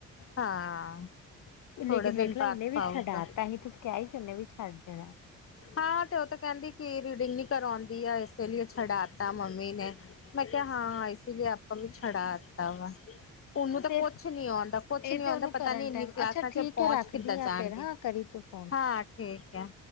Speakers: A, on the left; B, on the left.
A: ਹਾਂ ਥੋੜਾ
B: ਲੇਕਿਨ
A: ਦਿਨ
B: ਵੇਖ ਲਾ
A: ਬਾਅਦ
B: ਉਹਨੇ ਵੀ
A: ਪਾਊਗਾ
B: ਛਡਾ ਤਾ ਹੀ ਤੁਸੀਂ ਕਿਹਾ ਹੀ ਸੀ ਉਹਨੇ ਵੀ ਛੱਡ ਦੇਣਾ
A: ਹਾਂ ਤੇ ਉਹ ਤੇ ਕਹਿੰਦੀ ਕਿ ਰੀਡਿੰਗ ਨੀ ਕਰਉਂਦੀ ਆ ਇਸੇ ਲਈ ਛਡਾਤਾ ਮੰਮੀ ਨੇ ਮੈਂ ਕਿਹਾ ਹਾਂ ਇਸ ਲਈ ਆਪਾਂ ਵੀ ਛੜਾ ਦਿੱਤਾ ਵਾ, ਉਹਨੂੰ ਤਾਂ
B: ਤੇ
A: ਕੁਛ ਨੀ ਆਉਂਦਾ ਕੁਛ
B: ਇਹ
A: ਨੀ ਆਉਂਦਾ
B: ਤੇ ਉਹਨੂੰ
A: ਪਤਾ
B: ਕਰਨ
A: ਨੀ ਇੰਨੀ
B: ਟਾਈਮ
A: ਕਲਾਸਾਂ
B: ਅੱਛਾ
A: ਚ
B: ਠੀਕ
A: ਪਹੁੰਚ
B: ਹੈ ਰੱਖਦੀ
A: ਕਿੱਦਾਂ
B: ਆ
A: ਜਾਣ
B: ਫੇਰ ਹਾਂ
A: ਡ
B: ਕਰੀ ਤੂੰ ਫੋਨ
A: ਹਾਂ ਠੀਕ ਆ